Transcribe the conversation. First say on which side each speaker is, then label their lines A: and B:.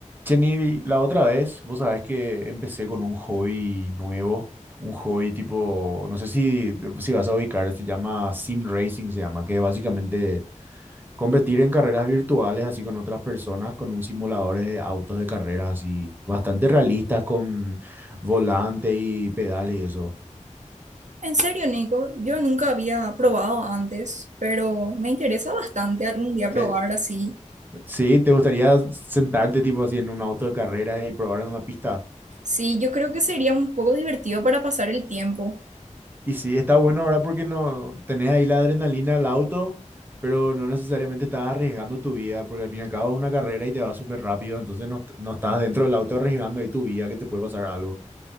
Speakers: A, on the right; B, on the right.
A: Jenny, la otra vez, vos sabés que empecé con un hobby nuevo, un hobby tipo, no sé si, si vas a ubicar, se llama Sim Racing, se llama, que es básicamente competir en carreras virtuales así con otras personas, con un simulador de autos de carreras así, bastante realistas con volante y pedales y eso.
B: En serio, Nico, yo nunca había probado antes, pero me interesa bastante algún día probar
A: Eh,
B: así.
A: sí, ¿te gustaría sentarte tipo así en un auto de carreras y probar en una pista?
B: Sí, yo creo que sería un poco divertido para pasar el tiempo.
A: Y sí, está bueno ahora porque no tenés ahí la adrenalina al auto, pero no necesariamente estás arriesgando tu vida, porque al fin y al cabo es una carrera y te va súper rápido, entonces no, est- no estás dentro del auto arriesgando ahí tu vida que te puede pasar algo.